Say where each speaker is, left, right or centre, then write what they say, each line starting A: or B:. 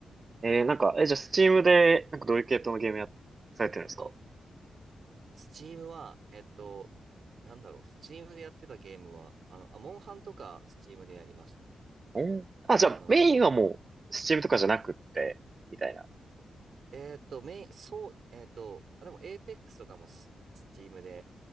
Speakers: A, on the right; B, on the right.
A: えー、なんか、え、じゃあ、スチームで、なんかどういう系統のゲームや、されてるんですか
B: あスチームは、えっと、なんだろう、スチームでやってたゲームは、あの、あ、モンハンとかスチームでやりましたね。
A: おーあ、じゃあ、
B: あのー
A: メインはもう、スチームとかじゃなくって、みたいな。
B: えっと、メイン、そう、えっと、あ、でも、エーペックスとかもス、スチームで、